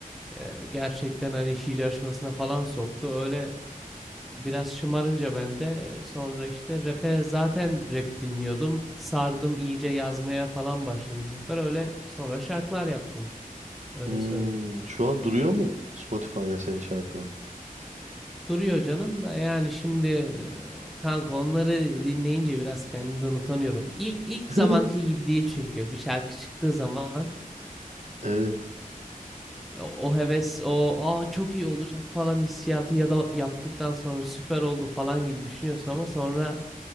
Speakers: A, in the centre; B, on the right (about 55°).
A: E, gerçekten hani şiir yarışmasına falan soktu. Öyle biraz şımarınca ben de sonra işte rap'e zaten rap dinliyordum. Sardım iyice yazmaya falan başladım bu sefer. Öyle sonra şarkılar yaptım. Öyle
B: Hmm.
A: söyleyeyim.
B: Şu an duruyor mu Spotify'da senin şarkılar?
A: Duruyor canım da yani şimdi e, kanka onları dinleyince biraz kendimden utanıyorum. İlk ilk
B: <laughs>
A: zamanki gibi değil çünkü bir şarkı çıktığı zaman
B: Evet,
A: e, o heves o aa çok iyi olacak falan hissiyatı ya da yaptıktan sonra süper oldu falan gibi düşünüyorsun ama sonra